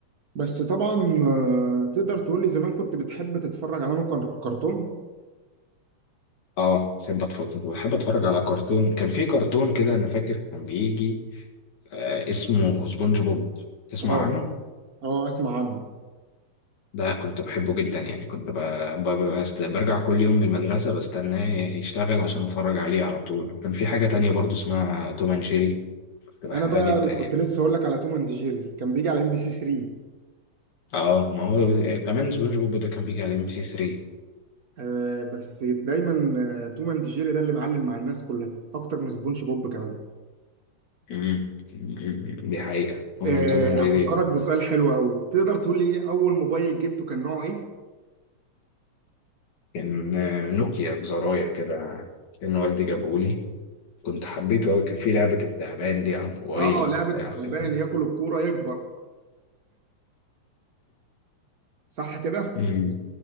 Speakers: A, on the right (about 80°); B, on the left (about 85°).
A: بس طبعا آه، تقدر تقول لي زمان كنت بتحب تتفرج على أنه كان- كرتون؟
B: اه بحب اتفرج بحب اتفرج على كرتون كان في كرتون كده انا فاكر كان بيجي آه اسمه سبونج بوب تسمع
A: أه
B: عنه
A: أه أسمع عنه
B: ده كنت بحبه جدا يعني كنت ب... ب... بست... برجع كل يوم من المدرسة بستناه يشتغل عشان اتفرج عليه على طول وكان في حاجة تانية برضو اسمها توم اند جيري كنت
A: أنا
B: بحبها
A: بقى
B: جدا
A: اللي كنت
B: يعني.
A: لسه هقول لك على توم أند جيري كان بيجي على ام بي سي 3
B: اه ما هو كمان سبونج بوب ده كان بيجي على ام بي سي 3
A: آه بس دايما آه، توم اند جيري ده اللي معلم مع الناس كلها اكتر من سبونج بوب كمان
B: امم دي حقيقة هو
A: آه،
B: توم اند جيري
A: هفكرك
B: يعني.
A: بسؤال حلو قوي تقدر تقول لي ايه اول موبايل جبته كان نوعه ايه
B: كان آه، نوكيا بزراير كده كان والدي جابهولي كنت حبيته أوي كان في لعبة التعبان دي على الموبايل
A: اه آه، لعبة
B: وبتاع
A: التعبان
B: كده
A: ياكل الكورة يكبر صح كده
B: أمم.